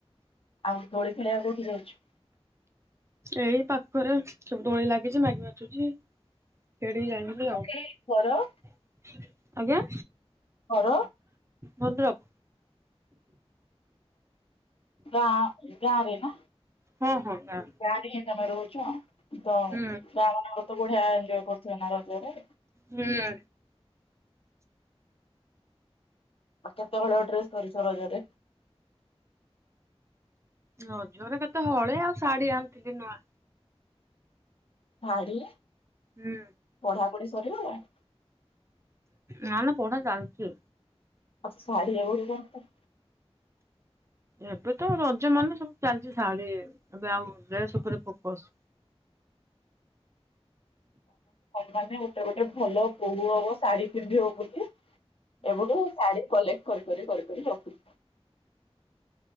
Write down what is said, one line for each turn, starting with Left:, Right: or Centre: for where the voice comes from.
Left: ଆଉ ଦୋଳି ଖେଳିବାକୁ କୋଉଠି ଯାଉଛୁ?
Right: ଏଇ ପାଖରେ ସବୁ ଦୋଳି ଲାଗିଚି ମାଇକି ବାଜୁଚି। ସେଇଠିକି ଯାଇଥିଲି
Left: ଓକେ,
Right: ଆଉ
Left: ଘର
Right: ଆଜ୍ଞା?
Left: ଘର
Right: ଭଦ୍ରକ୍।
Left: ଗାଁ ଗାରେ ନା
Right: ହଁ ହଁ ଗାଁ
Left: ଗାଁରେ ହିଁ ଏ ଆମେ ରହୁଚୁଁ ଆ ତ
Right: ହୁଁ
Left: ଗାଁମାନଙ୍କରେ ତ ବଢିଆ ଏଞ୍ଜୟେ କରୁଥୁବେ ନା ରଜରେ।
Right: ହୁଁ।
Left: ଆଉ କେତେହଳ ଡ୍ରେସ୍ କରିଛ ରଜରେ?
Right: ରଜରେ କେତେ ହଳେ ଆଉ ଶାଢୀ ଆଣିଥିଲି ନୂଆ।
Left: ଶାଢୀ?
Right: ହୁଁ।
Left: ପଢାପଢି ସରିଗଲାଣି?
Right: ନା ନା ପଢ଼ା ଚାଲଚି।
Left: ଆଉ ସେ ଶାଢ଼ୀ ଏଗୁଡିକ ମତେ
Right: ଏବେ ତ ରଜମାନେ ସବୁ ଚାଲଚି ଶାଢୀ ଏବେ ଆଉ ଡ୍ରେସ ଉପରେ ଫୋକସ୍
Left: ମାନେ ଗୋଟେ ଗୋଟେ ଭଲ ବୋହୂ ହବ ଶାଢୀ ପିନ୍ଧିବ ବୋଲି ଏବେଠୁ ଶାଢୀ କଲେ କରି କରି କରି କରି ରଖି